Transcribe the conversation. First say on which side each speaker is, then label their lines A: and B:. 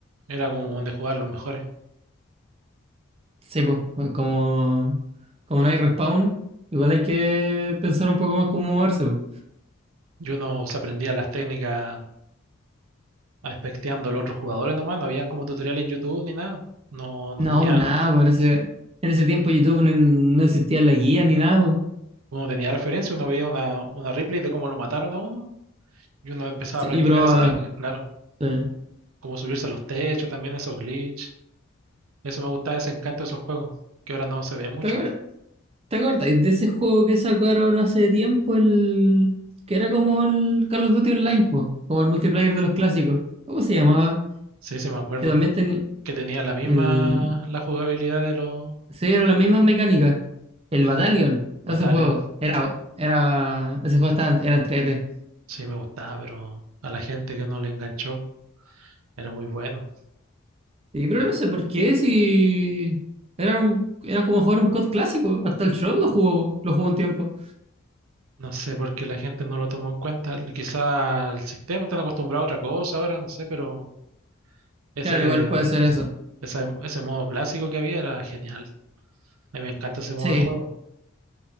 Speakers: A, on the right; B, on the right.
A: Era como donde jugaban los mejores.
B: Sí, pues Como, como no hay respawn, igual hay que pensar un poco más cómo moverse, po.
A: Y uno se aprendía las técnicas aspecteando a los otros jugadores nomás. No habían como tutorial en YouTube ni nada. No, no
B: No,
A: tenía,
B: pues nada, pues en ese, en ese tiempo YouTube no, no existía la guía ni nada, pues.
A: uno tenía referencia, uno veía una, una replay de cómo lo mataron a uno y uno empezaba
B: Sí,
A: a practicar
B: y probaba.
A: esa técnica, claro.
B: sí.
A: Como subirse a los techos también, esos glitch. Eso me gustaba, ese encanto de esos juegos, que ahora no se ve mucho.
B: ¿Te acuer- te acuerdas de ese juego que sacaron hace tiempo, el que era como el Call of Duty Online, ¿po? como el multiplayer de los clásicos? ¿Cómo se llamaba?
A: Sí, sí, me acuerdo.
B: Que también tenía
A: Que tenía la misma
B: el...
A: la jugabilidad de los
B: Sí, era la misma mecánica. El Battalion,
A: batallas
B: ese juego. Era, era... Ese juego estaba, era entrete.
A: Sí, me gustaba, pero a la gente que no le enganchó era muy bueno.
B: Sí, pero
A: De-
B: no sé por qué, si era, un- era como jugar un COD clásico, hasta el show lo jugó, lo jugó un tiempo.
A: no sé por qué la gente no lo tomó en cuenta. Quizá el sistema está acostumbrado a otra cosa ahora, no sé, pero ese,
B: Claro, igual puede ser eso.
A: esa- ese modo clásico que había era genial. A mí me encanta ese modo
B: Sí,
A: de juego.